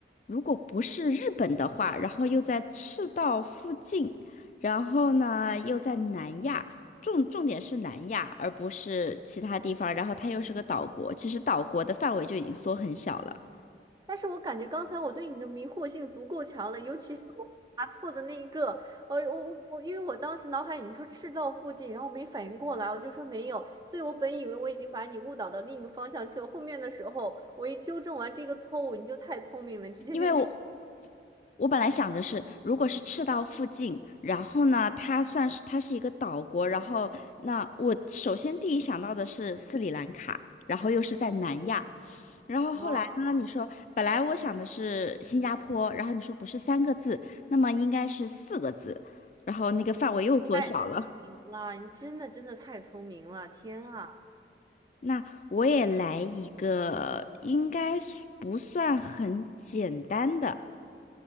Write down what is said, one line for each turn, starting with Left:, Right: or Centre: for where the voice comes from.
Left: 如果不是日本的话，然后又在赤道附近，然后呢又在南亚，重重点是南亚，而不是其他地方，然后它又是个岛国，其实岛国的范围就已经缩很小了。
Right: 但是我感觉刚才我对你的迷惑性足够强了，尤其是我答错的那一个，呃，我我我，因为我当时脑海里你说赤道附近，然后没反应过来，我就说没有，所以我本以为我已经把你误导到另一个方向去了。后面的时候，我一纠正完这个错误，你就太聪明了，你直接就意识
Left: 因为我我本来想的是，如果是赤道附近，然后呢，它算是它是一个岛国，然后那我首先第一想到的是斯里兰卡，然后又是在南亚，然后后来呢，
Right: 哦，
Left: 你说本来我想的是新加坡，然后你说不是三个字，那么应该是四个字，然后那个范围又缩小了。
Right: 太神了，你真的真的太聪明了，天啊
Left: 那我也来一个，应该不算很简单的。